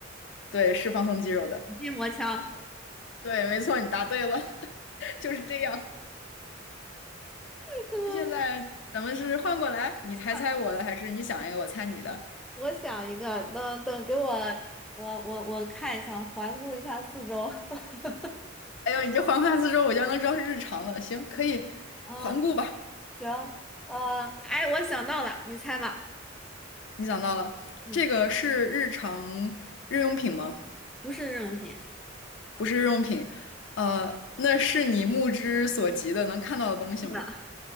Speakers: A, on the left; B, in the centre.
A: 对，是放松肌肉的，
B: 筋膜枪。
A: 对，没错，你答对了，<laughs> 就是这样。
B: <laughs>
A: 那现在咱们是换过来，你猜猜我的，
B: 嗯，啊
A: 还是你想一个我猜你的？
B: 我想一个，等等，给我，我我我看一下，环顾一下四周。<laughs>
A: 哎呦，你这环环四周，我就能知道是日常的，行，可以环顾吧。
B: 嗯，行，呃，哎，我想到了，你猜吧。
A: 你想到了，
B: 嗯，
A: 这个是日常日用品吗？
B: 不是日用品。
A: 不是日用品，呃，那是你目之所及的能看到的东西吗？
B: 是的，